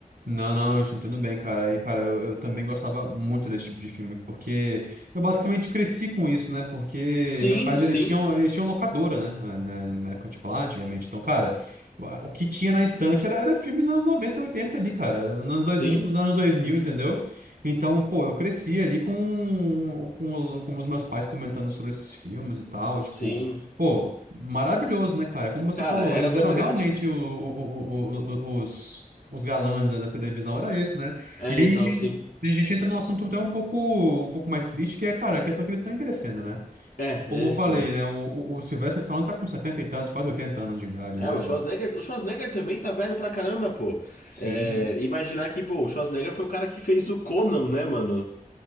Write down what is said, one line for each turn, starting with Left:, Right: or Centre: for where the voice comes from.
Right: Não, não, eu te entendo bem, cara. E, cara, eu, eu também gostava muito desse tipo de filme, porque eu basicamente cresci com isso, né? Porque
Left: Sim,
Right: meus pais,
Left: sim,
Right: eles tinham, eles tinham locadora, né? Na, na- na época, tipo, lá antigamente. Então, cara, o, o que tinha na estante era, era filmes dos anos 90, 80 ali, cara. Nos anos dois
Left: sim,
Right: mil, nos anos 2000, entendeu? Então, pô, eu cresci ali com, com, os, com os meus pais comentando sobre esses filmes e tal,
Left: sim.
Right: tipo... Pô, maravilhoso, né, cara? Como você
Left: Cara,
Right: falou,
Left: era
Right: eles
Left: muito
Right: eram
Left: legal,
Right: realmente
Left: tipo.
Right: o, o- o- o- o- os os galãs da, da televisão era esse, né?
Left: É,
Right: E aí
Left: então sim.
Right: a gente entra num assunto até um pouco, um pouco mais triste, que é, cara, a questão que eles estão envelhecendo, né?
Left: É,
Right: Tipo, como
Left: eles
Right: eu falei,
Left: estão.
Right: né? O, o, o Sylvester Stallone tá com 70 e tantos, quase 80 anos de idade,
Left: É,
Right: né?
Left: o
Right: O-
Left: Schwarzenegger, o Schwarzenegger também tá velho pra caramba, pô.
Right: Sim.
Left: É, imaginar que, pô, o Schwarzenegger foi o cara que fez o Conan, né, mano?